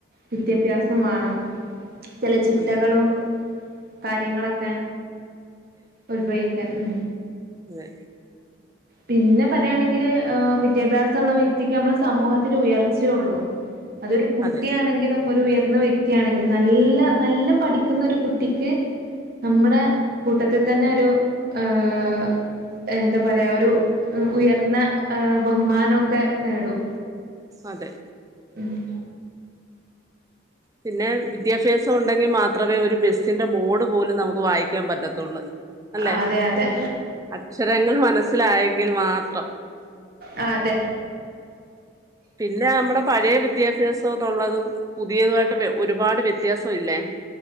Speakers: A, on the right; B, on the right.
A: വിദ്യാഭ്യാസം വാണം ചെല ചിട്ടകളും
B: അതെ
A: കാര്യങ്ങളൊക്കെ ഉത്ഭവിക്കാൻ ആഹ്
B: വെ
A: പിന്നെ പറയാണെങ്കില് വിദ്യാഭ്യാസ ഉള്ള വ്യക്തിക്ക് നമ്മള് സമൂഹത്തിൽ ഉയർച്ച ഒള്ളു അതൊരു കുട്ടിയാണെങ്കിലും
B: അതെ
A: ഒരു ഉയർ വ്യക്തിയാണെങ്കിലും നല്ല നല്ല പഠിക്കുന്ന ഒരു കുട്ടിക്ക് നമ്മുടെ കൂട്ടത്തിതന്നെ ഒരു ഏഹ് എന്താ പറയാ ഒരു ഉയർന്ന ആ ബഹുമാനൊക്കെ നേടും.
B: അതെ.
A: മ്
B: പിന്നെ വിദ്യാഫ്യാസം ഉണ്ടെങ്കി മാത്രമേ ഒരു ബസിൻ്റെ ബോർഡ് പോലും നമുക്ക് വായിക്കാൻ പറ്റത്തൊള്ളൂ അല്ലേ,
A: അതെ അതെ
B: അക്ഷരങ്ങൾ മനസ്സിലായെങ്കിൽ മാത്രം.
A: ആ അതെ
B: പിന്നെ നമ്മുടെ പഴയ വിദ്യാഭ്യാസത്തൊള്ളതും പുതിയതായിട്ട് വെ ഒരുപാട് വ്യത്യാസം ഇല്ലേ.